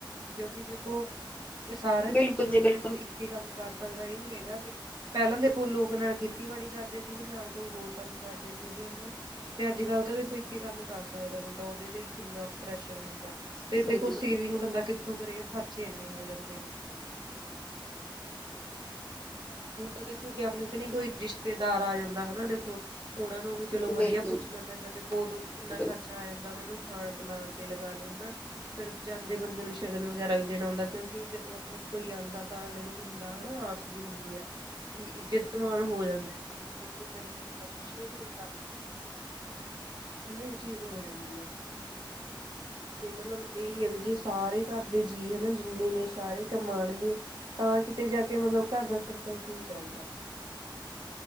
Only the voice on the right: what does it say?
ਕਿਉਂਕਿ ਦੇਖੋ ਸਾਰਾ ਦਿਨ
ਚ ਬੰਦਾ
ਦੇਖੋ। ਕੰਮ ਕਰ ਸਕਦਾ ਇਹ ਨੀ ਹੈਗਾ ਕਿ ਪਹਿਲਾਂ ਦੇਖੋ ਲੋਕ ਨਾਲ ਖੇਤੀਬਾੜੀ ਕਰਦੇ ਸੀਗੇ ਨਾਲ ਕੋਈ ਹੋਰ ਕੰਮ ਕਰਦੇ ਸੀਗੇ ਹਨਾ ਤੇ ਅੱਜ ਕੱਲ੍ਹ ਤਾਂ ਦੇਖੋ ਇੱਕੇ ਕੰਮ ਕਰ ਸਕਦਾ ਬੰਦਾ ਉਹਦੇ ਤੇ ਹੀ ਕਿੰਨਾ ਪ੍ਰੈਸ਼ਰ ਹੁੰਦਾ ਤੇ
ਦੇਖੋ
ਸੇਵਿੰਗ
ਬੰਦਾ ਕਿੱਥੋਂ ਕਰੇ ਖਰਚੇ ਐਨੇ ਹੋ ਜਾਂਦੇ ਨੇ। ਹੁਣ ਤਾਂ ਦੇਖੋ ਜੇ ਆਪਣੇ ਕਨੀ ਕੋਈ ਰਿਸ਼ਤੇਦਾਰ ਆ ਜਾਂਦਾ ਹਨਾ ਦੇਖੋ ਉਹਨਾਂ ਨੂੰ ਵੀ ਚਲੋ ਵਧੀਆ
ਪੁੱਛ
ਣਾ ਪੈਂਦਾ ਤੇ ਦੇਖੋ ਓਦੋ ਵੀ ਕਿੰਨਾ
ਖਰਚਾ ਆ ਜਾਂਦਾ ਉਹਨਾਂ ਨੂੰ ਖਾਣ ਪਿਲਾਣ ਤੇ ਲਗਾ ਲੋ ਹਨਾ। ਫਿਰ ਜਾਂਦੇ ਬੰਦੇ ਨੂੰ ਸ਼ਗਨ ਵਗੈਰਾ ਵੀ ਦੇਣਾ ਹੁੰਂਦਾ ਕਿਉਂਕਿ ਜਦੋਂ ਆਪਣੇ ਕੋਈ ਆਂਦਾ ਤਾਂ ਅਗਲੇ ਨੂੰ ਹੁੰਦਾ ਹਨਾ ਆ ਸ ਜੀ ਹੁੰਦੀ ਆ। ਵੀ ਇੱਜ਼ਤ ਮਾਣ ਹੋ ਜਾਂਦਾ ਇੱਕ ਦੂਜੇ ਨੂੰ ਦੇਖੋ ਲੈਣ ਦੇਣ ਦਾ ਕੁਛ ਵੀ ਨੀ ਹੁੰਦਾ। ਹਨਾ ਇਹ ਚੀਜ਼ ਹੋ ਜਾਂਦੀ ਆ। ਤੇ ਮਤਲਬ ਇਹੀ ਆ ਵੀ ਜੇ ਸਾਰੇ ਘਰ ਦੇ ਜੀਅ ਹਨਾ ਜਿੰਨੇ ਨੇ ਸਾਰੇ ਕਮਾਣਗੇ। ਤਾਂ ਕਿਤੇ ਜਾ ਕੇ ਮਤਲਬ ਘਰ ਦਾ ਸਰਕਲ ਸਹੀ ਚੱਲਦਾ।